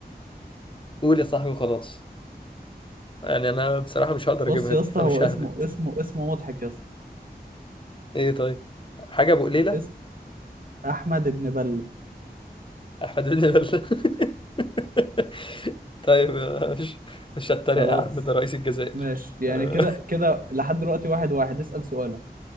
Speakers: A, on the left; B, on the right.
A: قول يا صاحبي وخلاص يعني انا بصراحه مش هقدر
B: بص
A: اجيبها
B: يا
A: دي
B: اسطى
A: فمش
B: هو اسمه
A: ههبد
B: اسمه اسمه مضحك يا اسطى
A: ايه طيب حاجه ابو قليله
B: اسم أحمد ابن بلة
A: احمد بن بل <laughs> طيب مش مش هتريق
B: خلاص
A: يا عم ده رئيس الجزائر
B: ماشي يعني
A: أه،
B: كده كده لحد دلوقتي واحد واحد اسأل سؤالك